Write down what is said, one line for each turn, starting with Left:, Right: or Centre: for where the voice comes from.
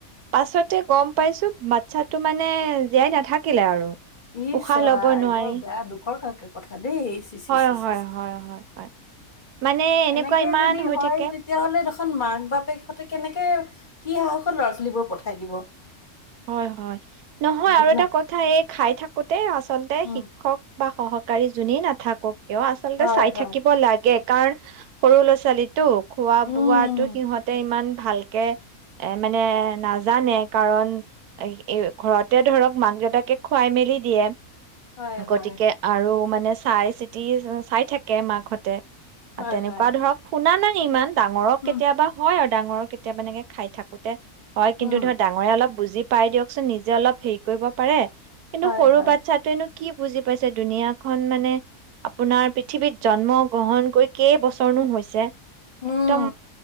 Right: পাছতে গম পাইছো বাচ্ছাতটো মানে জীয়াই নাথাকিলে আৰু।
Left: ইছ
Right: উশাহ
Left: চাই
Right: ল'ব নোৱাৰি।
Left: বৰ বেয়া দুখৰ কাকে কথা দেই ইচ
Right: হয়,
Left: ইচ চি।
Right: হয়, হয়, হয়, হয়। মানে এনেকুৱা
Left: এনেকে
Right: ইমান
Left: যদি
Right: হৈ
Left: হয়
Right: থাকে।
Left: তেতিয়াাহ'লে দেখোন মাক বাপেক সহঁতে কেনেকে কি সাহসত ল'ৰা ছোৱালী বোৰ পঠাই দিব।
Right: হয় হয় নহয়
Left: বিনা
Right: আৰু এটা কথা এক খাই থাকোতে আছে আচলতে
Left: উম,
Right: শিক্ষক বা সহকাৰী যোনেই নাথাকক কিয় আচলতে
Left: হয়
Right: চাই
Left: হয়।
Right: থাকিব লাগে কাৰণ সৰু ল'ৰা ছোৱালীতো। খোৱা
Left: উম,
Right: বোৱাাতো সিহঁতে ইমান, ভালকে এ মানে নাজানে কাৰণ এ ঘৰতে ধৰক মাক দেউতাকে খুৱাই মেলি দিয়ে।
Left: হয়
Right: গতিকে
Left: হয়।
Right: আৰু মানে চাই চিতি চাই থাকে মাকহঁতে, আৰু
Left: হয়
Right: তেনেকুৱা
Left: হয়।
Right: ধৰক শুনা নাই। ইমান ডাঙৰক
Left: উম,
Right: কেতিয়াবা হয় আৰু ডাঙৰ কেতিয়াবা এেকে খাই থাকোতে হয় কিন্তু
Left: উম,
Right: ধৰক ডাঙৰে অলপ বোজি পাই দিয়কচোন নিজে অলপ হেৰি কৰিব পাৰে, কিন্তু
Left: হয়
Right: সৰু
Left: হয়।
Right: বাচ্ছাটোৱেনো কি বুজি পাইছে দুুনীয়া খন মানে আপোনাৰ পৃথিৱীত জন্ম গ্ৰহণ কৰি কেইবছৰনো হৈছে।
Left: উম,
Right: একদম